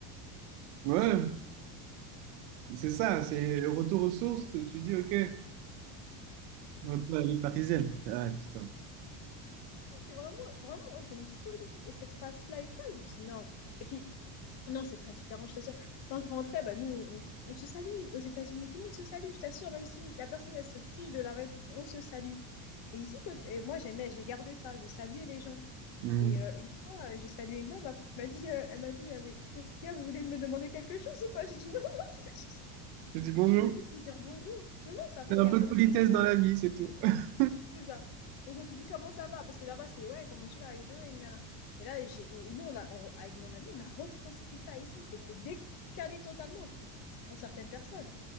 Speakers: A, on the right; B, on the left.
A: Ouais, C'est ça, c'est retour aux sources, tu tu dis ok, retour à la vie parisienne. Ah putain.
B: C'est vraiment, vraiment, c'est une folie. Et cette fast life-là, j'ai dit non. Et puis, non, c'est très différent, je t'assure. Quand je rentrais, bah, nous, on, on se salue aux États-Unis. Tout le monde se salue, je t'assure, même si la personne, elle se fiche de la règle, on se salue. Et ici, quand, et moi, j'aimais, j'ai gardé ça. Je saluais les gens.
A: Mhm.
B: Et euh, une fois, euh, j'ai salué une dame. Après, elle m'a dit, euh, elle m'a dit, euh, mais qu'est-ce qu'il y a? Vous voulez me demander quelque chose ou pas? J'ai dit, non, non, je veux juste,
A: Je dis bonjour,
B: je veux juste vous dire bonjour. Non, non, ça va,
A: Fais un
B: il n'y
A: peu
B: a rien.
A: de politesse dans la vie, c'est tout. <laughs>
B: C'est ça. Donc, quand tu dis comment ça va, parce que là-bas, c'est ouais, comment tu vas, how you doing, nana. Et là, j'ai, et nous, on a, on- avec mon ami, on a retranscrit ça ici. C'était décalé totalement pour certaines personnes.